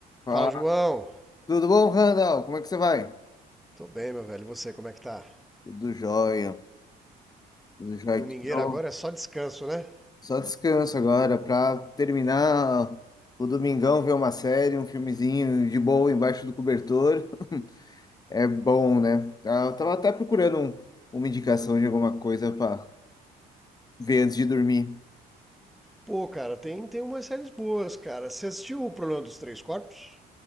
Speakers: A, on the left; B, in the centre.
A: Ah,
B: Fala, João.
A: tudo bom, Randall? Como é que você vai?
B: Tô bem, meu velho. E você, como é que tá?
A: Tudo jóia, tudo jóia.
B: Domingueira
A: Que bom.
B: agora é só descanso, né?
A: Só descanso agora para terminar o domingão, ver uma série, um filmezinho de boa embaixo do cobertor. É bom, né? Ah, Eu tava até procurando um- uma indicação de alguma coisa para ver antes de dormir.
B: Pô, cara, tem, tem umas séries boas, cara. Você assistiu o Problema dos Três Corpos?